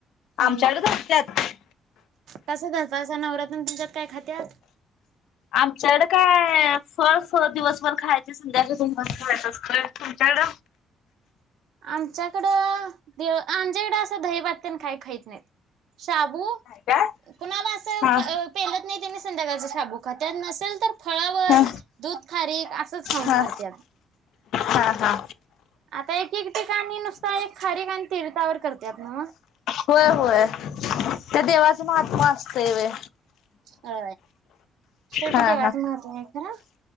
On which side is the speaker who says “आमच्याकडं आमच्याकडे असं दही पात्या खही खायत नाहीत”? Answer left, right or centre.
Right